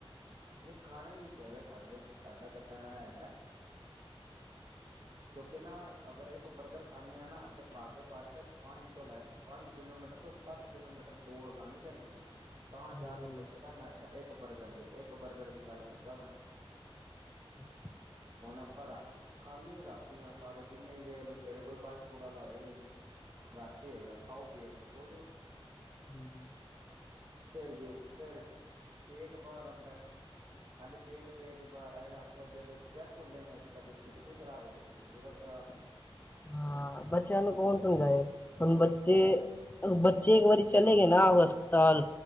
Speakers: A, on the right; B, on the left.
A: ਨੀ ਖਾਣਾ ਹੀ ਨਹੀਂ ਚਾਹੀਦਾ ਸਾਡੇ ਸਾਡਾ ਤਾਂ ਓਕੇ ਨਾ ਅਗਰ ਇੱਕ ਪਰਕਰ ਖਾਨੇ ਆ ਨਾ ਤੇ ਪਾਟ ਤੋ ਪੱਟ ਪੰਜ ਤੋਂ ਤੋਂ ਸੱਤ ਕਿਲੋਮੀਟਰ ਦੋੜ ਲਾਣੀ ਪੈਂਦੀ ਹ ਤਾਂ ਜਾ
B: ਹਾਂਜੀ
A: ਕੇ ਪੁੱਛਦਾ ਮੈਂ ਪਰ ਕਰਦੇ <unintelligible> ਇੱਕ ਬਰਗਰ ਦੀ ਗੱਲ ਕਰਦਾ ਮੈਂ
B: ਕੋਈ ਅਵਾਜ਼ ਨਹੀਂ
A: ਹੁਣ ਆਪਾਂ ਰਾਤ ਖਾਨੇ ਰਾਤੀ ਆ ਸਾਰੇ ਜਿੰਨੇ ਵੀ ਵੇਖ ਲਓ ਸਵੇਰੇ ਕੋਈ ਫਾਸਫੂਡ ਆਲਾ ਹੋਇਗਾ ਹੀ ਰਾਤੀ ਹੋਏਗਾ ਖਾਓ ਪੀ ਉਥੇ ਸੋ ਜਉ।
B: ਹੂੰ
A: ਫਿਰ ਗਏ ਫਿਰ ਪੇਟ ਬਾਹਰ ਆਂਦਾ। ਹਾਲੇ ਪੇਟ ਪੇਟ ਹੀ ਬਾਹਰ ਆਏਗਾ ਫਿਰ ਜਦੋਂ ਚੈੱਕ ਹੁੰਦੇ ਨੇ ਕਦੀ ਕਿਡਨੀ ਖਰਾਬ ਹ ਤੇ ਕਦੀ ਲੀਵਰ ਸਭ
B: ਆ ਬੱਚਿਆਂ ਨੂੰ ਕੌਣ ਸਮਝਾਏ। ਹੁਣ ਬੱਚੇ
A: ਬਸ
B: -ਬੱਚੇ ਇਕ ਵਾਰ ਚਲੇ ਗਏ ਨਾ। ਹਵਸਥਾਲ